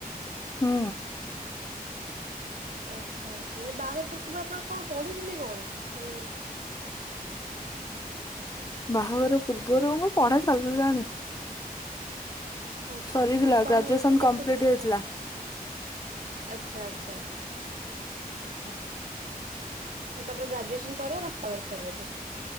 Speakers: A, on the left; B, on the right.
A: ହୁଁ।
B: ଆଚ୍ଛା ଆଚ୍ଛା ନାଇଁ ବାହାଘର ପୂର୍ବରୁ ଆପଣ କଣ ପଢୁଥିଲେ କଣ ମାନେ?
A: ବାହାଘର ପୂର୍ବରୁ ମୋ ପଢା ଚାଲିଲାଣି।
B: ଆଚ୍ଛା
A: ସରିଥିଲା
B: ଆଚ୍ଛା ଆମ ବାହାଘରରୁ
A: ଗ୍ରାଜୁଏସନ
B: କେତେ
A: କମ୍ପ୍ଲିଟ ହେଇଥିଲା।
B: ଆଚ୍ଛା ଆଚ୍ଛା ଆଚ୍ଛା। ତାପରେ ଗ୍ରାଜୁଏସନ ପରେ <inaudible> ହେଲା ବୋଧେ?